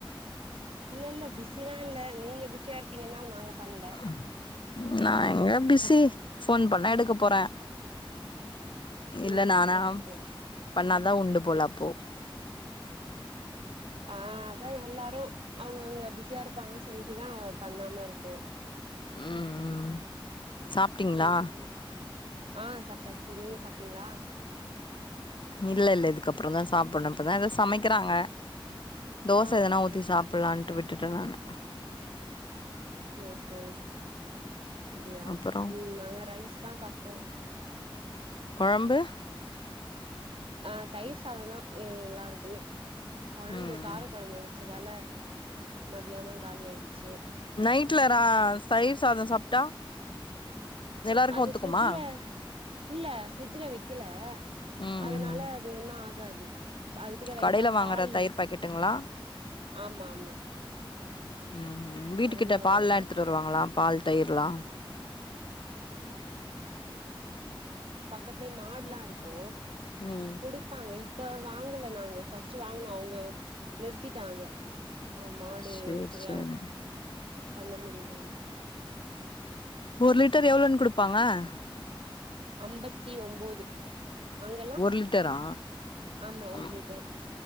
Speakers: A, on the right; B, on the left.
A: இல்ல இல்ல பிஸில்லா இல்ல நீங்க பிசியா இருப்பீங்கன்னா நாங்க பண்ல
B: ம் நா எங்க பிசி ஃபோன் பண்ணா எடுக்க போறே இல்ல
A: ம்
B: நானா
A: சேரி சேரி
B: பண்ணாதா அதா உண்டு போல அப்போ
A: ஆ அதா எல்லாரு அவுங்கவுங்க பிஸியா இருப்பாங்கன்னு சொல்லிட்டுதா பண்ணாம இருக்கு
B: உம் உம் சாப்ட்டிங்ளா
A: ம் ம் ஆ சாப்ட்டாச்சு நீங்க சாப்ட்டிங்ளா
B: இல்ல இல்ல இதுக்அப்புறோ தா சாப்பிணு இப்பதா ஏதோ சமைக்கிறாங்க தோசை
A: ஆ
B: எதனா
A: ஆ
B: ஊத்தி சாப்பலான்ட்டு விட் டுட்ட நானு
A: சேரி சேரி ம்ப்பிடியா
B: அப்புறோ
A: ம் நாங்க ரைஸ் தா சாப்புட்டோ
B: கொழம்பு
A: ஆ தயிர் சாதோ தா எல்லாருக்குமே கொழம்பு
B: ம்
A: கார கொழம்பு வச்சதால மதியானோ காலி ஆயிடுச்சு
B: நைட்டல ரா தயிர் சாதம் சாப்ட்டா எல்லாருக்கு
A: அது
B: ஒத்துக்குமா
A: ஃபிரிட்ஜ்ல இல்ல ஃபிரிட்ஜ்ல வைக்கல
B: ம்
A: அதனால
B: ம்
A: அது ஒண்ணு ஆகாது <unintelligible> அது கூட லைட்டா
B: கடையில வாங்குற
A: பால்
B: தயிர் பாக்கெட்டுங்களா
A: ஆமா ஆமா
B: ம் வீட்டு
A: கடைல
B: கிட்ட பால்லா
A: வாங்குறது
B: எடுத்துட்டு வருவாங்களா பால் தயிரலா
A: க்கத்துலே மாடுல்லா இருக்கு
B: ம்
A: குடுப்பாங்க இ இப்ப வாங்கல நாங்க ஃபஸ்ட் வாங்கனோ அவுங்க நிறுத்திட்டாங்க அவுங் மாடு
B: சேரி
A: சரியா
B: சேரி
A: பண்ண முடியலன்னு
B: ஒரு லிட்டர் எவ்ளோன்னு குடுப்பாங்க <unintelligible>
A: ஐம்பத்தி ஒம்போது அங்கெல்லா
B: ஒரு லிட்டரா
A: ஆமா ஒரு
B: ம்
A: லிட்டர்